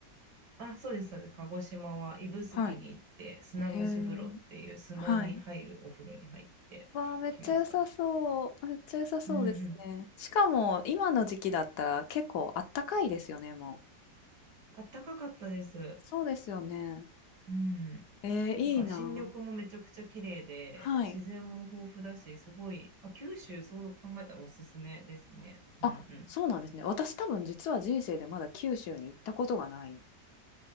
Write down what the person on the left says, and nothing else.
はい。
へえ。はい。わあ、めっちゃ良さそう。めっちゃ良さそうですね。
しかも、今の時期だったら結構あったかいですよね、もう。
そうですよね。
えー、いいな。
はい。
あ、
そうなんですね。私多分実は人生でまだ九州に行ったことがないん